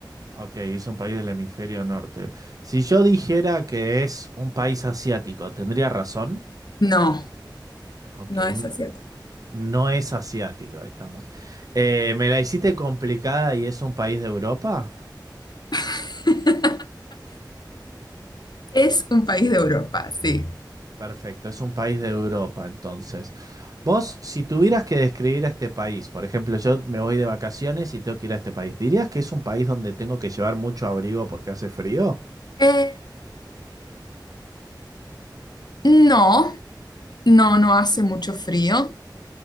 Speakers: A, on the right (about 50°); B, on the left (about 60°).
A: Ok, es un país del hemisferio norte. Si yo dijera que es un país asiático, ¿tendría razón?
B: No,
A: Ok,
B: no es asiático.
A: No es asiático, ahí estamos. Eh, ¿me la hiciste complicada y es un país de Europa?
B: <laughs> Es un país de Europa, sí.
A: Perfecto, es un país de Europa, entonces. Vos, si tuvieras que describir a este país, por ejemplo, yo me voy de vacaciones y tengo que ir a este país, ¿dirías que es un país donde tengo que llevar mucho abrigo porque hace frío?
B: Eh, no, no, no hace mucho frío.